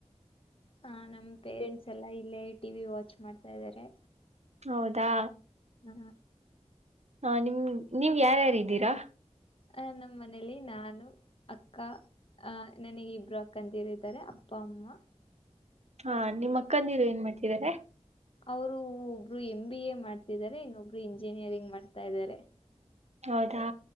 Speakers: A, on the left; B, on the right.
A: ಹ ನಮ್ ಪೇರೆಂಟ್ಸ್ ಎಲ್ಲಾ ಇಲ್ಲೇ ಟಿವ ವಿ ವಾಚ್ ಮಾಡ್ತಾ ಇದಾರೆ
B: ಹೌದಾ
A: ಹ
B: ಹಾ ನಿಮ್ ನೀವ್ ಯಾರ್ಯಾರ್ದೀರಾ
A: ಅ ನಮ್ಮ ಮನೇಲಿ ನಾನು ಅಕ್ಕ ಅ ನನಗ್ ಇಬ್ರು ಅಕ್ಕಂತರಿದ್ದಾರೆ ಅಪ್ಪ ಅಮ್ಮ
B: ಹಾ ನಿಮ್ಮ ಅಕ್ಕಂದ ನೀರು ಏನ್ ಮಾಡ್ತಿದಿದ್ದಾರೆ
A: ಅವರು ಒಬ್ರು ಎಮ ಬಿ ಎ ಮಾಡ್ತಿದ್ದಾರೆ ಇನ್ನೊಬ್ರು ಇಂಜಿನಿಯರಿಂಗ್ ಮಾಡ್ತಾ ಇದಾರೆ
B: ಹೌದಾ